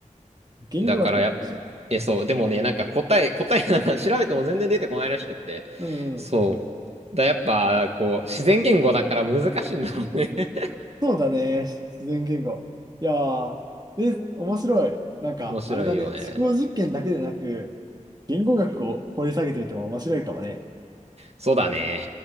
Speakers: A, on the right; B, on the right.
A: 言語学も面白いね。
B: だからや、え、
A: うん。
B: そう、でもね、なんか答え、答え <laughs> なんか調べても全然出てこないらしくって。
A: うんうん
B: そう。だ、やっぱ、こう、自然言語だから難しいんだろうね。<laughs>
A: そうだね。自然言語。いやー、え、面白い。なんか、
B: 面白いよね。
A: あれだね。思考実験だけでなく、言語学を掘り下げてみても面白いかもね。
B: そうだね。